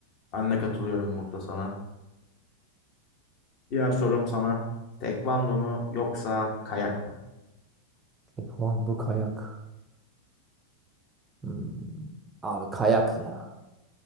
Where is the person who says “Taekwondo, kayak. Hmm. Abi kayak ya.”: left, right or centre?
Right